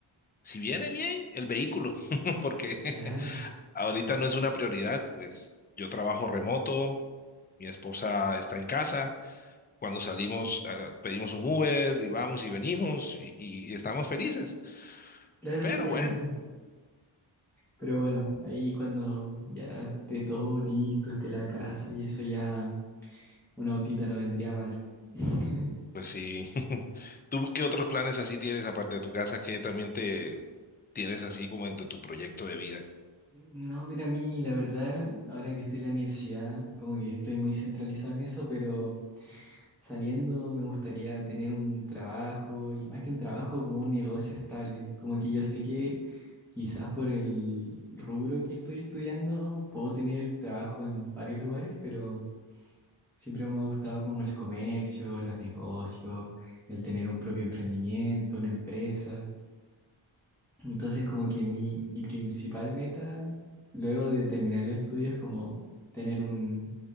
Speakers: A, on the left (about 20°); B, in the centre.
A: si viene bien, el vehículo, <laughs> porque
B: claro,
A: ahorita no es una prioridad, pues yo trabajo remoto, mi esposa está en casa. Cuando salimos, ah, pedimos un Uber y vamos y venimos y, y estamos felices.
B: claro,
A: Pero
B: sí me
A: bueno,
B: imagino. Pero bueno, ahí cuando ya esté todo listo, esté la casa y eso ya, una autita no vendría mal. <laughs>
A: pues sí. <laughs> ¿Tú qué otros planes así tienes aparte de tu casa que también te tienes así como entre tu proyecto de vida?
B: No, mira, a mí la verdad, ahora que estoy en la universidad, como que estoy muy centralizado en eso, pero... Saliendo me gustaría tener un trabajo y más que un trabajo como un negocio estable. Como que yo sé que quizás por el rubro que estoy estudiando puedo tener trabajo en varios lugares, pero siempre me ha gustado como el comercio, los negocios, el tener un propio emprendimiento, una empresa. Entonces como que mi, mi principal meta luego de terminar los estudios es como tener un,